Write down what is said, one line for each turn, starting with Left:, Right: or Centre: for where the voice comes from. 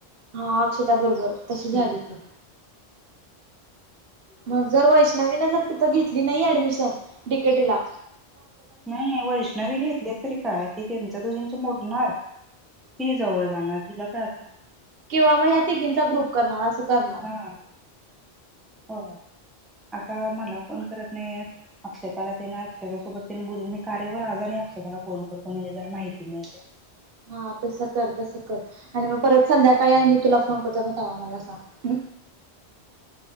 Right: हा अक्षता बरोबर तशी झाली
Centre: हम्म
Right: ती. मग जर वैष्णवीने जर तिथं घेतली नाही ऍडमिशन डीकेटीला
Centre: नाही वैष्णवी घेतले तरी काय ती त्यांचं दुघींच मोडणार. ती जवळ जाणार तिला काय आता.
Right: किंवा मग ह्या तिघींचा ग्रुप करणार असं. करणार
Centre: हा-हो आता मला फोन करत नाही अक्षताला त्यांना सगळ्यांसोबत त्यान बोलीन मी कार्यावर आज आणि अक्षताला फोन करत म्हणजे जरा माहिती मिळत्या.
Right: हा तसं कर -तसं कर आणि मग परत संध्याकाळी आणि मी तुला फोन करतो मग तवा मला सांग.